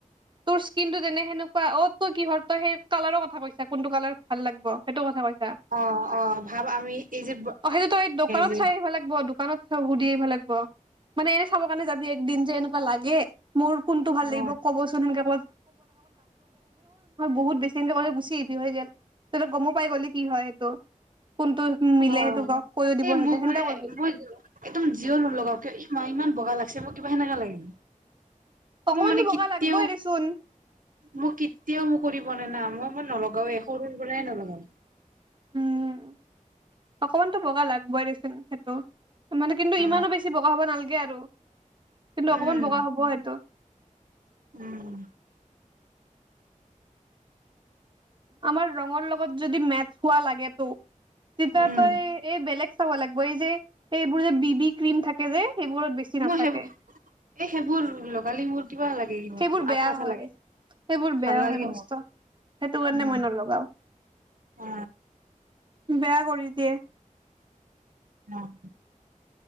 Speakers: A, on the right; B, on the right.
A: তোৰ স্কিনটো তেনে সেনেকুৱা অ', তই কিহৰ তই সেই কালাৰৰ কথা কৈছা, কোনটো কালাৰ ভাল লাগব সেইটো কথা কৈ
B: অ', অ', ভাব আমি এই যে,
A: সেইটো তই দোকানত
B: <unintelligible>
A: চাই আহিব লাগিব দোকানত চব সুধি আহিব লাগব, মানে এনে চাব কাৰণে যাবি একদিন যে এনেকুৱা লাগে মোৰ কোনটো ভাল
B: অ
A: লাগিব ক'বচো <unintelligible> <unintelligible> নহয় বহুত বেছি <unintelligible> গুচি আহিবি <unintelligible> গমো পাই গলি কি হয় সেইটো কোনটো মিলে
B: অ',
A: সেইটো গাঁওক কৈয়ো দিব
B: এই
A: সিহঁতে
B: মোক
A: সেনেকা
B: মানে
A: কৰিবি
B: মই, একদম জিয়ে নলগাওঁ কিয় ই ইমান বগা লাগ <unintelligible> মোক কিবা সেনেকা লাগিল।
A: অকমানতো
B: মোৰ মানে
A: বগা
B: কেতিয়াওঁ,
A: লাগবই দেচোন
B: মোক কেতিয়াওঁ ম <unintelligible> না। ম-মই নলগাওঁ এ, সৰুৰ পৰাই নলগাওঁ।
A: উম, অকমানতো বগা লাগবই দেচোন সেইটো। মানে কিন্তু,
B: অ
A: ইমানো বেছি বগা হ'ব নালগে আৰু <unintelligible> কিন্তু
B: উম
A: অকমান বগা হ'ব সেইটো।
B: উম।
A: আমাৰ ৰঙৰ লগত যদি মেচ হোৱা লাগে টো তেতিয়া
B: উম
A: তই এই বেলেগ চাব লাগব, এই যে এইবোৰ যে বি বি ক্ৰীম থাকে যে সেইবোৰত বেছি নাথাকে
B: মোৰ সেইবোৰ, এই সেইবোৰ লগালে মোৰ কিবা লাগে কিবা
A: সেইবোৰ বেয়া
B: আঠা আঠা
A: হয়,
B: লাগে
A: সেইবোৰ
B: ভাল
A: বেয়া হয়,
B: নালাগে
A: মস্ত
B: মোৰ
A: সেইটো কাৰণে
B: উম
A: মই নলগাও।
B: অ
A: বেয়া কৰি দিয়ে।
B: অ'।